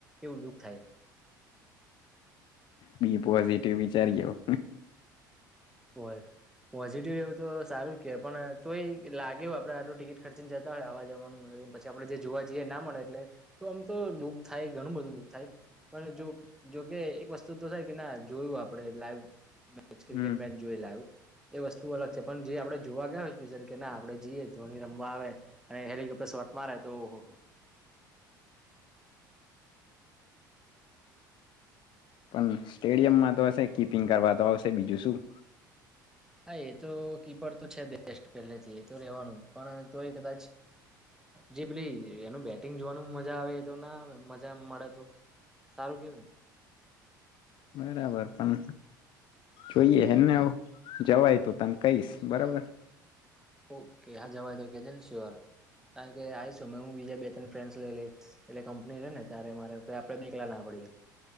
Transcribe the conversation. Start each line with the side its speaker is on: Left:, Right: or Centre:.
Centre: એ ઉલ્લુખ થાય.
Left: બી પોઝિટિવ વિચારી ગયો.
Centre: પોઝિટિવ એવું તો સારું. પણ તો એ લાગે આપડે આટલ ટિકિટ ખેડચીન જતા હો આવા જેમ પછી આપડણે જે જોવા જઈએ ના મળે એટલે તો આમ તો દુઃ થાય ઘણું બધું દુઃખ થાય પણ જો જોકે એક વસ્તુ તો થાય કે ના જોયું આપડે લાઈવ મેચ
Left: હમ.
Centre: ક્રિકેટ મેચ એ વસ્તુ અલગ છે પણ જે આપણે જોવા ગયા હોય સ્યલ કે ના આપણે જઈએ ધની રમવા આવે. અને હેલિકોપ્ટર સ્ટ માર તો ઓહહ.
Left: પણ સ્ટેડિયમમાં તો હશે કીપિંગ કરવા તો આવશે બીજું શું.
Centre: હા એ તો કીપડ તો છે બેસ્ટ પેલેથી એ તો રેવાનું. પણ તોય કદાચ જે પેલી એનું બેટિંગ જોવાનું મજા આવે તો ના આવે મજા મળે તો સારું કેવાય.
Left: બરાબર પણ જોઈએ એને જવાય તો તને કહીશ બરાબર.
Centre: ઓકે હા જવાય તો કેજસીર કારણ કે આવીશું મેમે હું બીજા બે તને લ લ એટલે કંપની રે ને ત્યારે મારે આપડે દલા ના પડીએ.